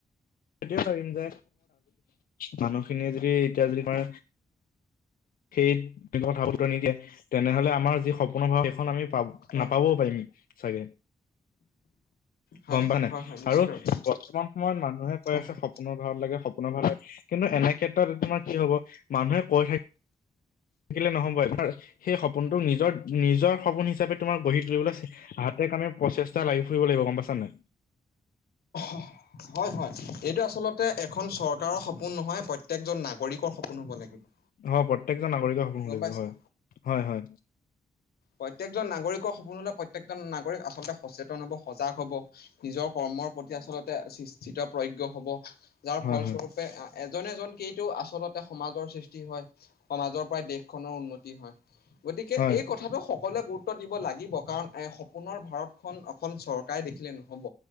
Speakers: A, on the left (about 60°); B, on the left (about 80°).
A: টোৱেই ভাবিম যে মানুহখিনিয়ে যদি এতিয়া যদি তোমাৰ, সেই কথা বতৰা নিদিয়ে তেনেহ'লে আমাৰ যি সপোনৰ <unintelligible> খন আমি
B: হয়
A: নাপাবও পাৰিম চাগে।
B: হয়
A: গম পা নাই
B: হয় হয় নিশ্চিত
A: আৰু
B: ৰূপে
A: বৰ্তমান সময়ত মানুহে আছে
B: হয় হয়
A: সপোনৰ ভাৰত লাগে সপোনৰ ভাৰত লাগে, কিন্তু এনে ক্ষেত্ৰত তোমাৰ কি হ'ব মানুহে কৈ থাক থাকিলে নহ'ব এবাৰ সেই সপোনটোক নিজৰ, নিজৰ সপোন হিচাপে তোমাৰ গঢ়ি তুলিবলৈ হাতে কামে প্ৰচেষ্টা লাগি ফুৰিব লাগিব, গম পাইছা নাই!
B: <inaudible> হয়, হয়, এইটো আচলতে এখন চৰকাৰৰ সপোন নহয়, প্ৰত্যেকজন নাগৰিকৰ সপোন হ'ব লাগিব।
A: অ পপ্ৰত্যেকজন নাগৰিকৰ সপোন
B: গম
A: লাগিব
B: পাইছা
A: হয়, হয়, হয়।
B: প্ৰত্যেকজন নাগৰিকৰ সপোন হ'লে প্ৰত্যেকজন নাগৰিক আচলতে সচেতন হ'ব সজাগ হ'ব। নিজৰ কৰ্মৰ প্ৰতি আচলতে <unintelligible> হ'ব যাৰ
A: হয়
B: ফলস্বৰূপে এজন এজনকেইটো আচলতে সমাজৰ সৃষ্টি হয়, সমাজৰ পৰাই দেশখনৰ উন্নতি হয়। গতিকে
A: হয়
B: এই কথাটো সকলোৱে গুৰুত্ব দিব লাগিব কাৰণ এ, সপোনৰ ভাৰতখন এখন চৰকাৰে দেখিলে নহ'ব